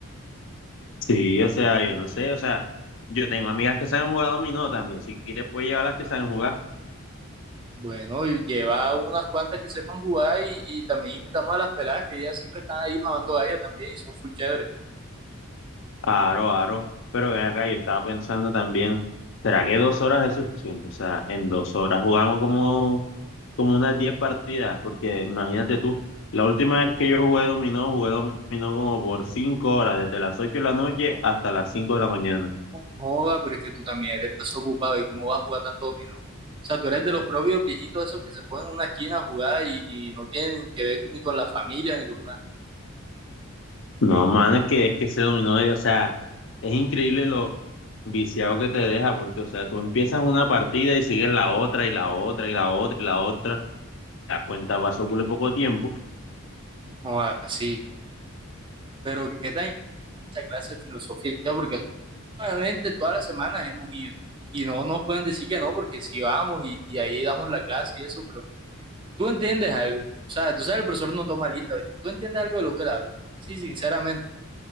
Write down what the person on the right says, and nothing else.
Bueno, y lleva unas cuantas que sepan jugar y, y también invitamos a las peladas que ellas siempre están ahí mamando gallo también y son full chéveres.
Joda, pero es que tú también eres desocupado y cómo vas a jugar tanto dominó. O sea, tú eres de los propios viejitos esos que se ponen en una esquina a jugar y, y no tienen que ver ni con la familia ni con nada.
Joda, sí. Pero qué tan esa clase de filosofía, porque realmente todas las semanas hemos ido y no nos pueden decir que no, porque si vamos y, y ahí damos la clase y eso, pero tú entiendes algo. O sea, tú sabes, el profesor no toma lista, ¿ve? tú entiendes algo de lo que él habla. Sí, sinceramente.